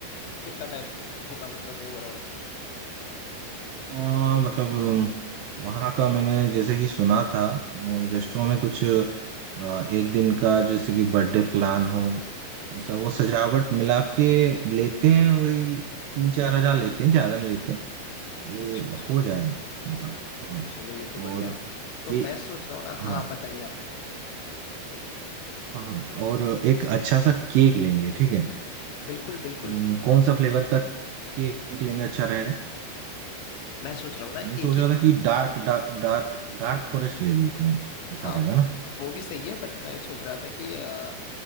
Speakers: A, on the left (about 85°); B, on the right (about 80°).
A: कितना टाइप होगा मतलब ओवरऑल
B: आ, मतलब वहाँ का मैंने जैसे कि सुना था रेस्टोरेंट में कुछ आ, एक दिन का जैसे कि बर्थडे प्लान हो ऐसा वो सजावट मिला के लेते हैं वही तीन चार हजार लेते हैं ज्यादा नहीं लेते वो
A: अच्छा अच्छा
B: हो जाएगा मतलब हाँ
A: चलो ये तो बढ़िया
B: और
A: है तो
B: के
A: मैं सोच रहा हूँ ना
B: हाँ
A: हाँ बताइए आप पहले
B: हाँ हाँ, और एक अच्छा सा केक लेंगे ठीक है
A: बिल्कुल बिल्कुल
B: हम्म, कौन सा फ्लेवर का केक लेंगे अच्छा रहेगा
A: मैं सोच रहा हूँ ना
B: मैं
A: एक
B: सोच रहा
A: ही
B: था कि dark dark dark dark forest ले लेते हैं अच्छा
A: हाँ
B: रहेगा ना
A: वो भी सही है बट मैं सोच रहा था कि अ,